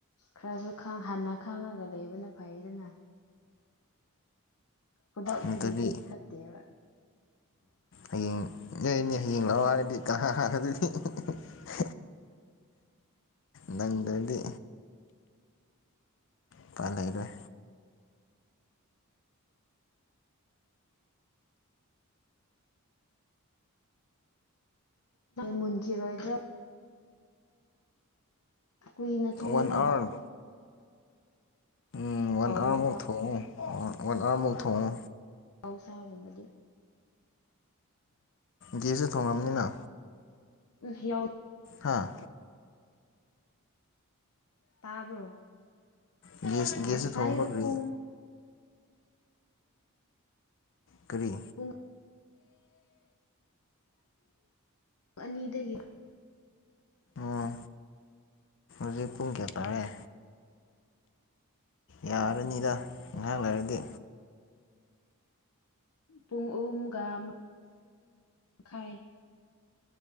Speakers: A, on the left; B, on the left.
A: ꯈꯔꯁꯨ ꯈꯪ ꯍꯟꯅ ꯈꯥꯡꯉꯒ ꯂꯩꯕꯅ ꯐꯩꯗꯅ ꯈꯨꯗꯛꯇꯒꯤꯗꯤ
B: ꯅꯠꯇ꯭ꯔꯗꯤ
A: ꯐꯠꯇꯦꯕ
B: ꯍꯌꯦꯡ ꯌꯥꯏꯅꯦ <unintelligible> ꯅꯪꯗ꯭ꯔꯗꯤ ꯎꯄꯥꯏ ꯂꯩꯔꯣꯏ
A: ꯃꯨꯟꯈꯤꯔꯣꯏꯗ꯭ꯔꯥ ꯀꯨꯏꯅ ꯊꯣꯡꯕ
B: ꯋꯥꯟ ꯑꯋꯥꯔ ꯎꯝ ꯋꯥꯟ
A: ꯍꯥꯎꯕꯅꯦꯕ
B: ꯑꯋꯥꯔꯃꯨꯛ ꯊꯣꯡꯉꯨ ꯋꯥꯟ ꯑꯋꯥꯔꯃꯨꯛ ꯊꯣꯡꯉꯨ
A: ꯃꯍꯧꯁꯥꯒꯨꯝꯕꯗꯤ
B: ꯒꯁꯇ ꯊꯣꯡꯉꯝꯅꯤꯅ
A: ꯎꯝ ꯌꯥꯎ
B: ꯍꯥꯥ
A: ꯇꯥꯕ꯭ꯔꯣ
B: ꯒ꯭ꯌꯥꯁ
A: ꯑꯥ
B: ꯒ꯭ꯌꯥꯁꯇ
A: ꯉꯁꯥꯏ
B: ꯊꯣꯡꯕ꯭ꯔꯥ ꯀꯔꯤ
A: ꯄꯨꯡ
B: ꯀꯔꯤ
A: ꯄꯨꯡ ꯄꯨꯡ ꯑꯅꯤꯗꯒꯤ
B: ꯑꯣ ꯍꯧꯖꯤꯛ ꯄꯨꯡ ꯀꯌꯥ ꯇꯔꯦ ꯌꯥꯔꯅꯤꯗ ꯉꯥꯏꯍꯥꯛ ꯂꯩꯔꯗꯤ
A: ꯄꯨꯡ ꯑꯍꯨꯝꯒ ꯃꯈꯈꯥꯏ